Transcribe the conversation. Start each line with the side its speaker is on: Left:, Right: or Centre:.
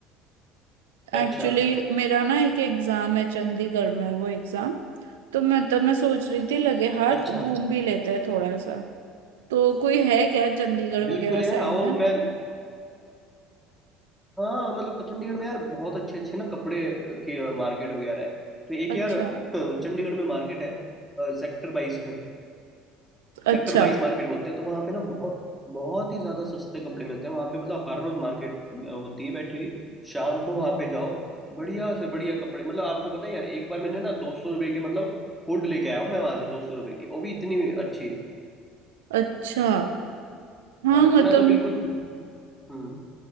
Centre: अच्छा
Right: एक्चुअली मेरा ना एक एग्जाम है चंडीगढ़ में वो एग्जाम तो मैं तब मैं सोच रही थी लगे हाथ
Centre: अच्छा
Right: घूम भी लेते हैं थोड़ा सा तो कोई है क्या चंडीगढ़
Centre: बिल्कुल
Right: वगैरह
Centre: यार
Right: साइड
Centre: आओ
Right: में
Centre: मैं हाँ मतलब चंडीगढ़ में यार बहुत अच्छे अच्छे ना कपड़े की मार्केट वगैरह है तो एक
Right: अच्छा
Centre: यार <clears throat> चंडीगढ़ में मार्केट है सेक्टर बाईस में सेक्टर
Right: अच्छा
Centre: बाईस मार्केट बोलते हैं तो वहाँ पे ना बहुत बहुत ही ज्यादा सस्ते कपड़े मिलते हैं वहाँ पे मतलब हर रोज मार्केट होती है बैठी हुई शाम को वहाँ पे जाओ बढ़िया से बढ़िया कपड़े मतलब आपको पता है यार एक बार मैंने ना दो सौ रुपये के मतलब हुड लेके आया हूँ मैं वहां से दो सौ रुपये की वो भी इतनी अच्छी
Right: अच्छा हाँ
Centre: हाँ
Right: मतलब
Centre: तो मैं तो बिल्कुल हम्म